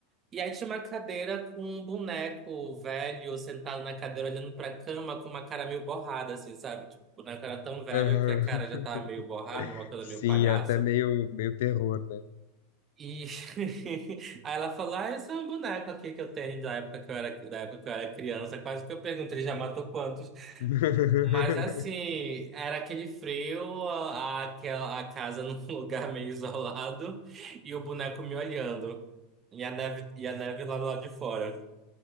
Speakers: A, on the right (about 35°); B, on the left (about 70°).
A: E aí tinha uma cadeira com um boneco velho sentado na cadeira olhando pra cama com uma cara meio borrada, assim, sabe? Tipo, o boneco era tão velho
B: Aham.
A: que a cara já tava
B: <laughs>
A: meio borrada, uma coisa
B: Sim,
A: meio palhaço.
B: é até meio, meio terror, né?
A: E <laughs> aí ela falou: Ah, esse é um boneco aqui que eu tenho da época que eu era, da época que eu era criança. Quase que eu pergunto, ele já matou quantos?
B: <laughs>
A: Mas assim, era aquele frio, a, a, aquela- a casa num <laughs> lugar meio isolado e o boneco me olhando. E a neve, e a neve lá do lado de fora.